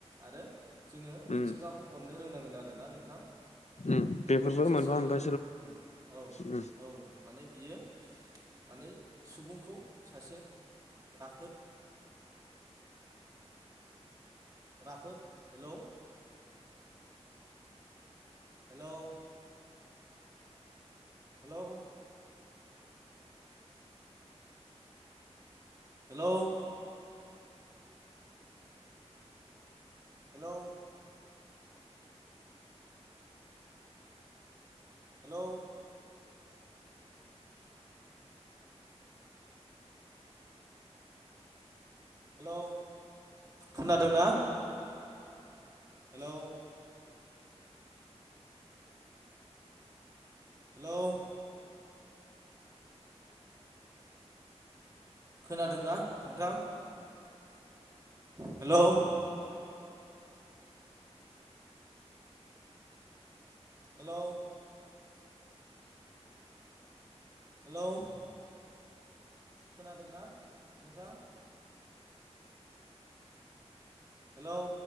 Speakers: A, on the right; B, on the left.
A: आरो। जोङो मिथिंगाखौ
B: उम
A: अननो रोंनांगोन आरो ना नोंथां।
B: उम बेफोरबो
A: बेबो मोनसे
B: मोनफा
A: सोलोंथाइ
B: मोनफा
A: उ औ
B: उम
A: औ माने बियो माने सुबुंखौ सासे राफोद राफोद hello hello hello hello hello hello hello खोनादोंना? हेलौ हेलौ खोनादोंना नोंथां? हेलौ हेलौ हेलौ खोनादोंना नोंथां? हेलौ